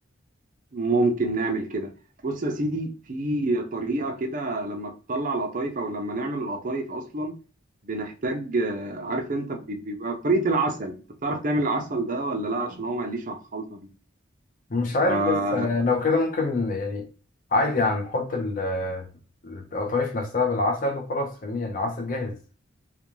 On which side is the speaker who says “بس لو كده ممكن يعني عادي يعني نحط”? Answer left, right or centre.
Left